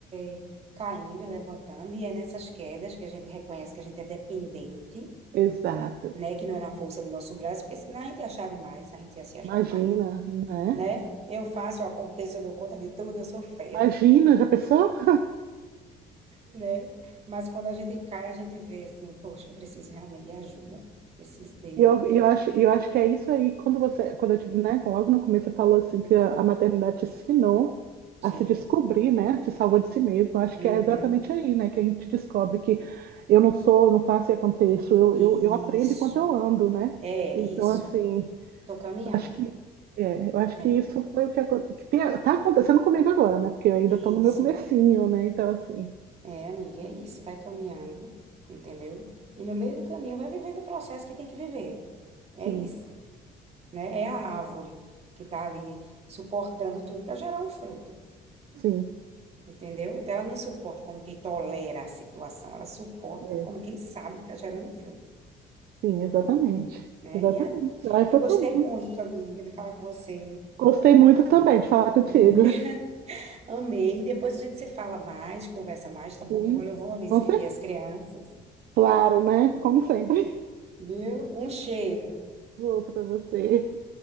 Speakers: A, on the right (about 40°); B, on the right (about 65°).
A: é é caindo e levantando, e é nessas quedas que a gente reconhece que a gente é dependente,
B: Exato.
A: né? Que não é na força do nosso braço, porque senão a gente ia achar demais, a gente ia se achar
B: Imagina,
A: demais,
B: né?
A: né? Eu faço, eu aconteço, eu dou conta de tudo, eu sou fera,
B: Imagina, já pensou? <laughs>
A: né? Mas quando a gente cai, a gente vê assim, poxa, eu preciso realmente de ajuda, preciso de,
B: E eu, eu acho, eu acho que é isso aí, quando você, quando eu tive, né, logo no começo você falou assim que a, a maternidade te ensinou
A: sim,
B: a se descobrir, né, te salvou de si mesmo. Eu acho
A: uhum,
B: que é exatamente aí, né, que a gente descobre que eu não sou, não faço e aconteço, eu,
A: isso,
B: eu, eu aprendo enquanto eu ando, né?
A: é
B: Então,
A: isso,
B: assim,
A: tô caminhando,
B: acho que, é, eu acho
A: é,
B: que isso foi o que, acon- que tem, tá acontecendo comigo agora, né, porque eu ainda
A: isso,
B: estou no meu comecinho, né, então, assim,
A: é, amiga, é isso, vai caminhando, entendeu? E no meio do caminho vai vivendo o processo que tem que viver, é
B: sim,
A: isso. né? É a árvore que está ali suportando tudo para gerar um fruto,
B: sim.
A: entendeu? Então ela não suporta como quem tolera a situação, ela suporta
B: É.
A: como quem sabe que está gerando um fruto,
B: Sim, exatamente.
A: né?
B: Exatamente.
A: E é-
B: Aí
A: eu
B: foi
A: gostei
B: tudo
A: muito, amiga, de falar com você,
B: Gostei muito também de falar
A: vi,
B: contigo.
A: <laughs> amei. Depois a gente se fala mais, conversa mais, tá bom?
B: Sim,
A: Que agora eu vou ali
B: com
A: servir
B: certeza.
A: as crianças,
B: Claro, né? Como sempre.
A: viu? Um cheiro.
B: Vou para você.